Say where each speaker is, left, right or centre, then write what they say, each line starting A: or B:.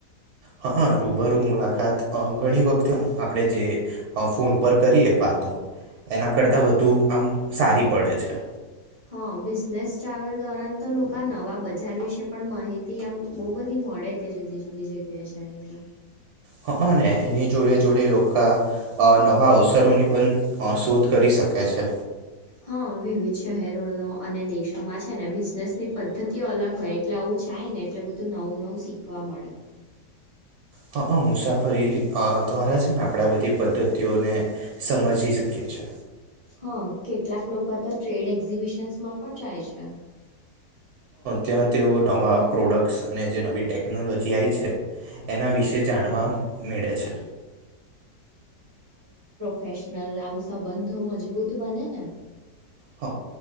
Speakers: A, on the right; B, on the right.
A: હા રૂબરૂું મુલાકાત ઘણી વખતે આપણે જે હા ફૂોન ર કરીએ પાતો એના કરતા વધુ બધું આમ સારી પડે છે
B: હા બિઝનેસ ટ્રાવેલ દોરાન તો લોકો નવા બજાર વિશે પણ માહિતી આમ બહ બધી મળે કે જુદી જુદી જગ્યાએ જાય એટલે
A: હ અને એની જોડે જોડે લોકો નવા અવસરોની પણ અ, શોધ કરી શકે છે
B: હા વિવિધ શહેર અને દેશોમાં છે ને બિઝનેસ ની પદ્ધતિઓ અલગ હોય એટલે આવું જાય ને એટલે બધું નવું નવું શીખવા મળે
A: હા હ મુસાફરી અ દ્વારા છે ને આપણે બધી પદ્ધતિઓને સમજી શકીએ છે
B: હા કેટલાક લોકો તો ટ્રેડ એક્ઝિબિશન્સમાં પણ જાય છે
A: ત્યાં તેઓ નવા પ્રોડક્ટ્સ અને જે નવી ટેકનોલોજી આવી છે એના વિશે જાણવા મે ળે છે
B: ફેશનલ આમ સંબંધો મજબૂત બને ને
A: હ